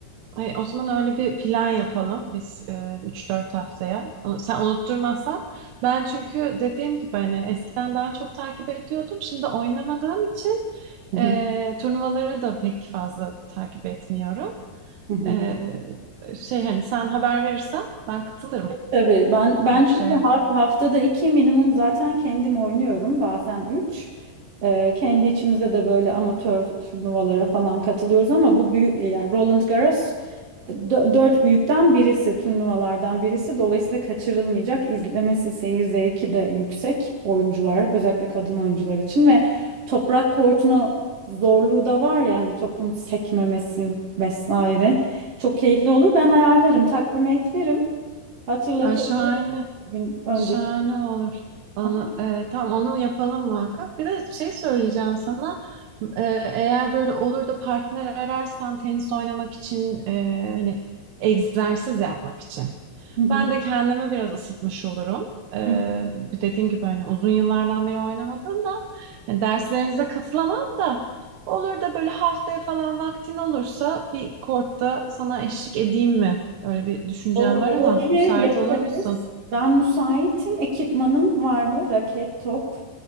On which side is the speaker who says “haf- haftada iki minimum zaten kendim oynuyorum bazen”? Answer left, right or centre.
Right